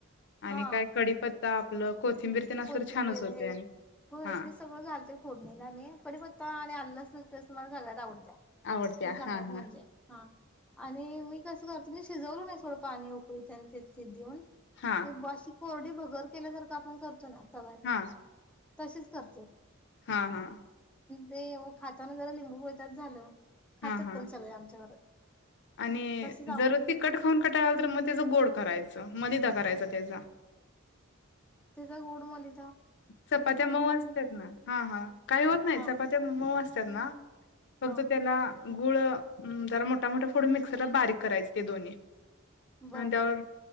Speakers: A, on the left; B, in the centre.
A: आणि
B: हा
A: काय कडीपत् ता आपलं. कोथिंबीर ते असलं
B: कोथिंबीर
A: तर छानच होते
B: हे
A: आणि
B: होय,
A: हा
B: ते सगळं घालते फोडणीला मेन कढीपत्ता आणि आलं लसणाची पेस्ट तर मला घालायला आवडते
A: आवडत्या
B: तुला सांगायच
A: हा हा
B: म्हणजे, हा, आणि मी कस कर ते शिजवलो नाही थोडं पाणी उकळुन आणी त्यांचेथ देऊन.
A: हा
B: हे बाशी कोरडी भगर केल्या सारख आपण कर <inaudible> आवाज.
A: हा
B: तसेच कर.
A: हा हा.
B: ते ओ खाताना जरा लिंबू पिळत्यात झालं.
A: हा
B: खातात
A: हा
B: पण सगळे आमच्या घरात.
A: आणि
B: तसच आवडतं
A: जर तिखट खाऊन कटाळा आला तर मग त्याचा गोड करायचं. मलिदा करायचा त्याचा.
B: तिचा गोड मली
A: चपात्या मऊ असत्यात ना हा हा काही होत नाही
B: हा
A: चपात्या मऊ अस त्यांना. फक्त
B: हा
A: त्याला. गुळ जरा मोठा मोठा फोडून मिक्सरला बारीक करायच ते दोन्ही.
B: बर
A: आणि त्यावर.